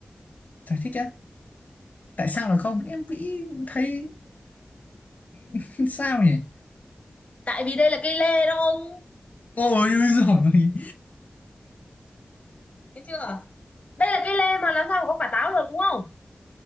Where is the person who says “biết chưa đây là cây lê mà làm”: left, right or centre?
Left